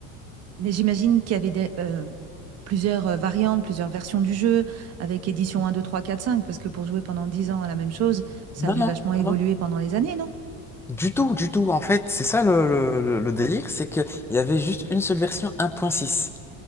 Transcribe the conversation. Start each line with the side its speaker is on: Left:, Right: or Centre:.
Right: Mais j'imagine qu'il y avait des, euh, plusieurs euh, variantes, plusieurs versions du jeu, avec édition un, 2, 3, 4, 5. parce que pour jouer pendant 10 ans à la même chose, ça
Centre: Non,
Right: a dû
Centre: non,
Right: vachement évoluer
Centre: non, non.
Right: pendant les années, non?
Centre: Du tout, du tout. En fait, c'est ça le, le, le- le délire, c'est qu'il y avait juste une seule version un point six